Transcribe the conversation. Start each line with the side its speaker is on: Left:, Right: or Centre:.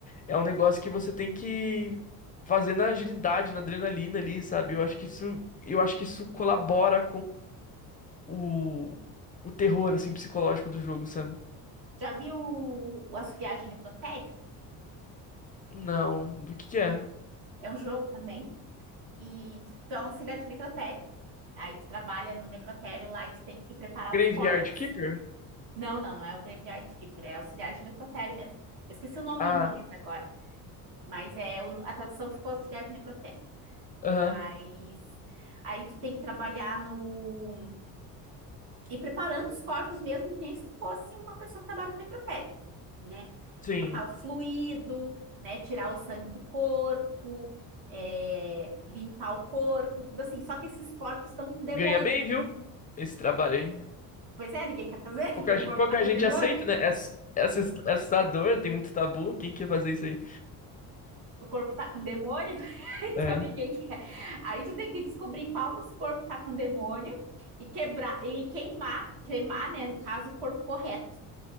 Left: É um negócio que você tem que fazer na agilidade, na adrenalina ali, sabe? Eu acho que isso, eu acho que isso colabora o, o terror, assim, psicológico do jogo, sabe?
Right: Já viu o, o Auxiliar de Necrotério?
Left: Não, do que que é?
Right: É um jogo também. E tu, tu é um auxiliar de necrotério. Aí tu trabalha no necrotério lá e tu tem que preparar
Left: Graveyard
Right: os corpos
Left: Keeper?
Right: Não, não, não é o Graveyard Keeper, é auxiliar de necrotério mesmo. Eu esqueci o nome
Left: Ah,
Right: em inglês agora, mas é o- a tradução ficou auxiliar de necrotério.
Left: aham,
Right: Mas aí tu tem que trabalhar no e preparando os corpos mesmo que nem se tu fosse uma pessoa que trabalha no necrotério, né?
Left: sim.
Right: Botar o fluido, né? Tirar o sangue do corpo, é, limpar o corpo, tudo assim. Só que esses corpos estão com demônio.
Left: Ganha bem, viu? Esse trabalho aí.
Right: Pois é, ninguém quer fazer <laughs> porque
Left: Pouca,
Right: o
Left: gen-
Right: corpo
Left: pouca
Right: tá com
Left: gente
Right: demônio.
Left: aceita, né? É, ass- é assus- é assustador, tem muito tabu. Quem quer fazer isso aí?
Right: o corpo tá com demônio, <laughs> então
Left: É.
Right: ninguém quer. Aí tu tem que descobrir qual dos corpos tá com demônio e quebrar e queimar, cremar, né, no caso, o corpo correto.